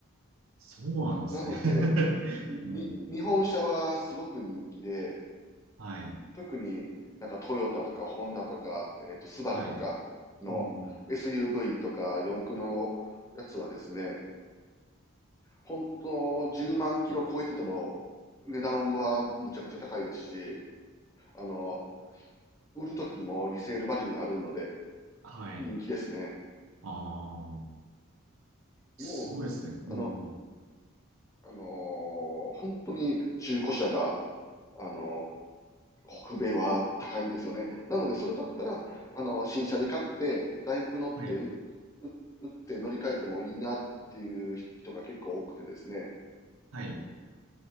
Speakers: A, on the right (about 75°); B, on the left (about 15°).
A: そうなんですね。
B: なので、
A: <laughs>
B: に、
A: うん。
B: 日本車はすごく人気で、
A: はい。
B: 特になんかトヨタとかホンダとか、えっと、スバルとかの
A: はい。うん。
B: SUV とか四駆のやつはですね、本当10万キロ超えてても値段はむちゃくちゃ高いですし、あの、売る時もリセールバリューがあるので
A: はい。
B: 人気ですね。
A: ああ、すごいですね。
B: もう、
A: うん。
B: あの、あのー本当に中古車が、あのー北米は高いんですよね。なので、それだったら、あの、新車で買って、だいぶ乗って、
A: はい。
B: うう打って乗り換えてもいいなっていう人が結構多くてですね。
A: はい。